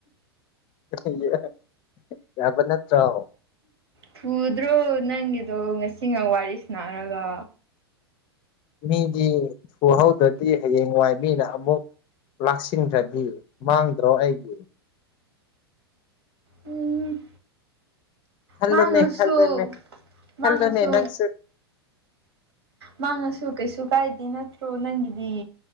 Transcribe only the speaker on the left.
<unintelligible> ꯌꯥꯕ ꯅꯠꯇ꯭ꯔꯣ
ꯃꯤꯗꯤ ꯊꯨꯍꯧꯗ꯭ꯔꯗꯤ ꯍꯌꯦꯡ ꯋꯥꯏ ꯃꯤꯅ ꯑꯃꯨꯛ ꯂꯥꯛꯁꯤꯟꯈ꯭ꯔꯗꯤ ꯃꯥꯡꯗ꯭ꯔꯣ ꯑꯩꯒꯤ
ꯈꯜꯂꯨꯅꯦ
ꯈꯜꯂꯨꯅꯦ
ꯈꯜꯂꯨꯅꯦ ꯅꯪꯁꯨ